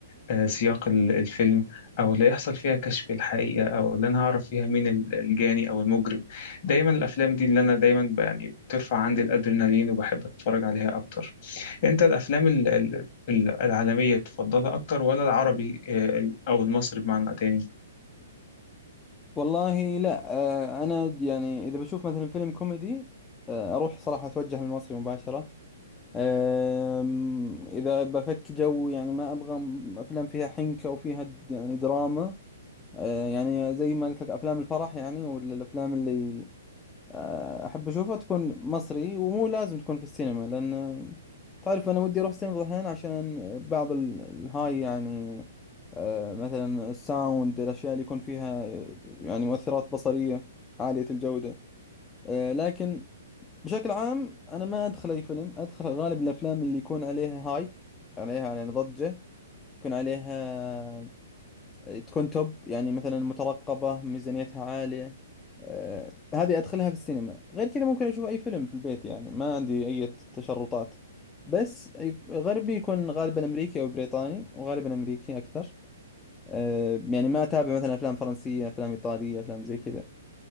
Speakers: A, on the left (about 45°); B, on the left (about 15°).
A: آه، سياق ال- الفيلم او اللي يحصل فيها كشف الحقيقه او اللي انا هعرف فيها مين ال- الجاني او المجرم دايما الافلام دي اللي انا دايما ب- يعني بترفع عندي الادرينالين وبحب اتفرج عليها اكتر انت الافلام ال- ال- ال- العالميه تفضلها اكتر ولا العربي آه، ال- او المصري بمعنى تاني
B: والله لا أه انا يعني اذا بشوف مثلا فيلم كوميدي أه اروح صراحة اتوجه للمصري مباشرة أم، إذا بفك جو يعني ما أبغى م- أفلام فيها حنكة وفيها د- يعني دراما أه، يعني زي ما قلت لك أفلام الفرح يعني ولا الأفلام اللي آه، احب اشوفها تكون مصري ومو لازم تكون في السينما لان تعرف انا ودي اروح السينما بعض الاحيان عشان بعض ال- الهاي يعني آه، مثلا الساوند الاشياء اللي يكون فيها يعني مؤثرات بصرية عالية الجودة آه، لكن بشكل عام انا ما ادخل اي فيلم ادخل غالب الافلام اللي يكون عليها هايب عليها يعني ضجة يكون عليها تكون توب يعني مثلا مترقبة ميزانيتها عالية آه، هذه أدخلها في السينما غير كذا ممكن أشوف أي فيلم في البيت يعني ما عندي أي تشرطات بس أي- غربي يكون غالبا أمريكي أو بريطاني وغالبا أمريكي أكثر آه، يعني ما أتابع مثلا أفلام فرنسية أفلام إيطالية أفلام زي كذا